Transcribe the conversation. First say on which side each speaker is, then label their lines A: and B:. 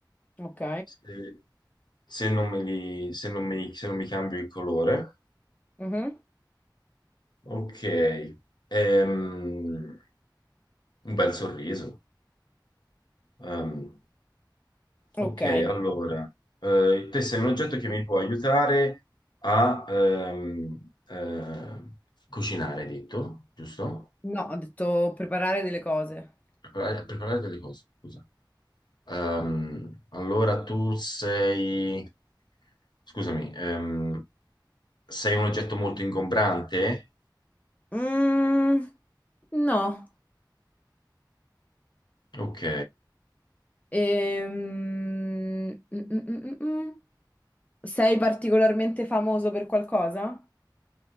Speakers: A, on the left; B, on the left.
A: ok,
B: se, se non me li, se non mi, se non mi cambio il colore.
A: mhm,
B: Ok, Ehm, un bel sorriso. Ehm, ok,
A: Ok.
B: allora, eh, te sei un oggetto che mi può aiutare a ehm, eh, cucinare, hai detto, giusto?
A: No, ho detto preparare delle cose.
B: Preparare, a preparare delle cose, scusa. Ehm, allora tu sei, scusami, ehm, sei un oggetto molto ingombrante?
A: Mm, no.
B: Ok,
A: Ehm, mm, mm, mm, mm. mm. Sei particolarmente famoso per qualcosa?